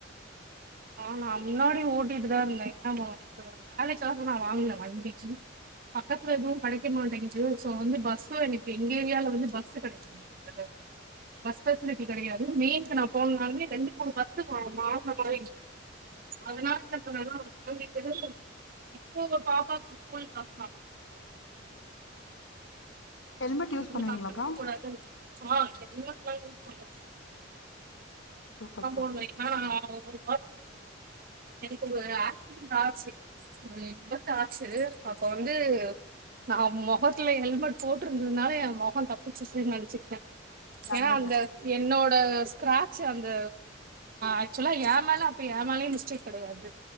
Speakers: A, on the right (about 50°); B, on the left (about 80°).
A: ஆ நா முன்னாடி ஓட்டிட்டுதா இருந்த ஏனா நா வேலைக்காக நா வாங்ன வண்டி சி பக்கத்துல எதுவு கெடைக்க மாட்டேங்கிது சோ வந்து பஸ்ஸு எனக்கு எங்க ஏரியால வந்து பஸ் கெடையாது பஸ் ஃபெசிலிட்டி கெடையாது மெயின்க்கு நா போகனுனாலுமே ரெண்டு மூணு பஸ் மா மார்ற மாரி அதனால என்ன சொன்னனா அங்க இருந்து இப்போ பாப்பாக்கு ஸ்கூல் <inaudible> <inaudible> <inaudible>
B: ஹெல்மெட்
A: <unintelligible>
B: யூஸ் பண்ணுவீங்களாக்கா சூப்பர்க்கா
A: ஒம்போது மணினா ஒரு எனக்கு ஒரு ஆக்சிடென்ட் ஆச்சு ஒரு விபத்து ஆச்சு அப்ப வந்து நா முகத்துல ஹெல்மெட் போட்ருந்ததுனால எ முகம் தப்பிச்ருச்னு நெனைச்சிகிட்ட
B: நல்லது
A: ஏனா அந்த என்னோட ஸ்கிராப் ச்சு அந்த ஆக்சுவலா எ மேல அப்ப எ மேலயு மிஸ்டேக் கெடையாது